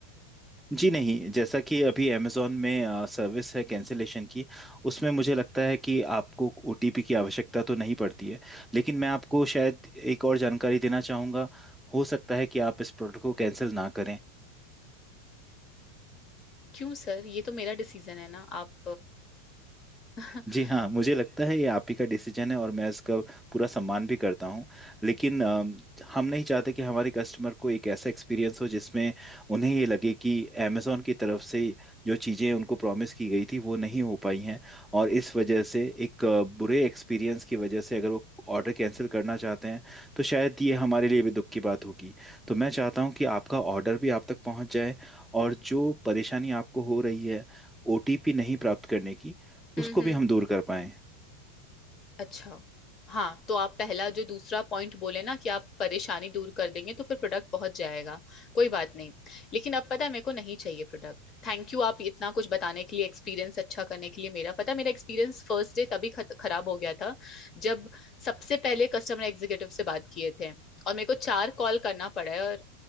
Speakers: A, in the centre; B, on the left.
A: जी नहीं जैसा कि अभी अमेजोन में अ, सर्विस है कैंसिलेशन की उसमें मुझे लगता है कि आपको ओटीपी की आवश्यकता तो नहीं पड़ती है लेकिन मैं आपको शायद एक और जानकारी देना चाहूँगा हो सकता है कि आप इस प्रोडक्ट को कैंसिल ना करें
B: क्यों सर ये तो मेरा डिसीजन है ना आप <laughs>
A: जी हाँ मुझे लगता है ये आप ही का डिसीजन है और मैं इसका पूरा सम्मान भी करता हूँ लेकिन अम, हम नहीं चाहते कि हमारे कस्टमर को एक ऐसा एक्सपीरियंस हो जिसमें उन्हें ये लगे कि अमेजोन की तरफ से जो चीज़ें उनको प्रॉमिस की गई थी वो नहीं हो पाई हैं और इस वजह से एक अ, बुरे एक्सपीरियंस की वजह से अगर वो ऑर्डर कैंसिल करना चाहते हैं तो शायद ये हमारे लिए भी दुख की बात होगी तो मैं चाहता हूँ कि आपका ऑर्डर भी आप तक पहुँच जाए और जो परेशानी आपको हो रही है ओटीपी नहीं प्राप्त करने की उसको
B: हम्म
A: भी
B: हम्म
A: हम दूर कर पाए
B: अच्छा हाँ तो आप पहला जो दूसरा पॉइंट बोले ना कि आप परेशानी दूर कर देंगे तो फिर प्रोडक्ट पहुंच जाएगा कोई बात नहीं लेकिन अब पता है मेरे को नहीं चाहिए प्रोडक्ट थैंक यू आप इतना कुछ बताने के लिए एक्सपीरियंस अच्छा करने के लिए मेरा पता है, मेरा एक्सपीरियंस फर्स्ट डे तभी खत- खराब हो गया था जब सबसे पहले कस्टमर एग्जीक्यूटिव से बात किए थे और मेरे को चार कॉल करना पड़ा है और